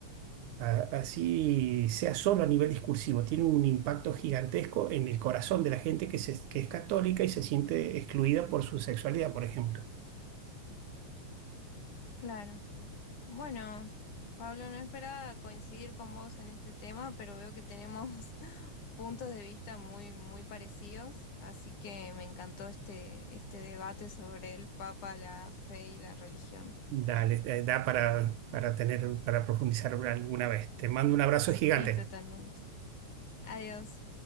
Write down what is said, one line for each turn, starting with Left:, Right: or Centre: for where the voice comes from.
Right: a- así sea solo a nivel discursivo, tiene un impacto gigantesco en el corazón de la gente que, se- que es católica y se siente excluida por su sexualidad, por ejemplo.
Left: Claro. Bueno, Pablo, no esperaba coincidir con vos en este tema, pero veo que tenemos <laughs> puntos de vista muy, muy parecidos, así que me encantó este, este debate sobre el Papa, la fe y la religión.
Right: Dale, eh, da para, para tener, para profundizar alguna vez. Te mando un abrazo
Left: Sí,
Right: gigante.
Left: totalmente. Adiós.